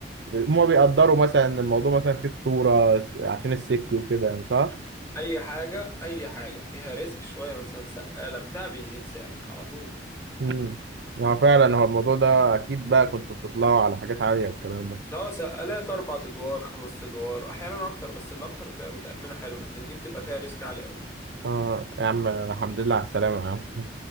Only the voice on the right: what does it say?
هما بيقدروا مثلا إن الموضوع مثلا فيه خطورة عشان السيفتي وكده يعني صح؟
امم هو فعلا هو الموضوع ده أكيد بقى كنتوا بتطلعوا على حاجات عالية والكلام ده
آه يا عم الحمد لله على السلامة يا عم